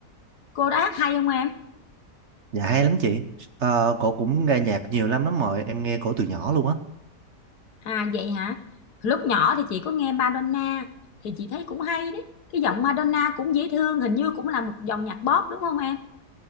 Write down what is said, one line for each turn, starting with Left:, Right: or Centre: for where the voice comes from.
Left: Cô hát hay không em?
Right: Dạ hay lắm chị Ờ, Cổ cũng nghe nhạc nhiều lắm lắm rồi Em nghe cổ từ nhỏ luôn á
Left: À vậy hả? Lúc nhỏ thì chị có nghe Madonna thì chị thấy cũng hay đấy. Cái giọng Madonna cũng dễ thương, hình như cũng là một dòng nhạc pop đúng không em?